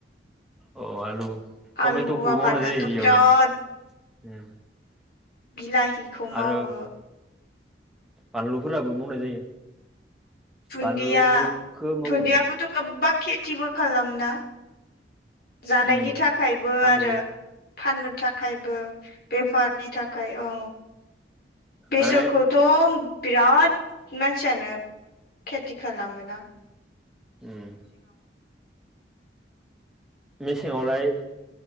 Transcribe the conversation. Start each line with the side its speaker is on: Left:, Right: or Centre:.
Centre: अ आलु
Left: आलु
Centre: तमेट खौबो
Left: आबादाथ'
Centre: मावनाय जायो इयावनो
Left: बिराद
Centre: उम।
Left: बिलाहिखौ मावो।
Centre: आरो बानलुफोराबो मावनाय जायो।
Left: दुन्दिया
Centre: बानलुखो मावो
Left: दुन्दियाखौथ' गोबां खेथिबो खालामना जानायनि
Centre: उम
Left: थाखायबो
Centre: फाननोबो
Left: आरो फाननो थाखायबो। बेफारनि थाखाय औ बेसरखौथ'
Centre: माने
Left: बिराद मानसियानो खेथि खालामो ना।
Centre: उम। मेसेङावलाय